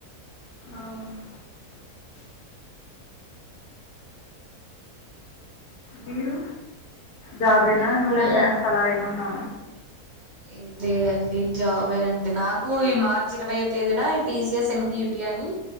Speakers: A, on the left; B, on the right.
A: అవును మీరు జాబేనా
B: నేను
A: ఏమైన్నా
B: కూడా
A: డ్యామ్స్ అలా ఏమన్నా
B: లేదు లేదండి జాబేనండి నాకు ఈ మార్ ఇరవైవ తేదీన టిసిఎస్ ఎన్కయయుటి అని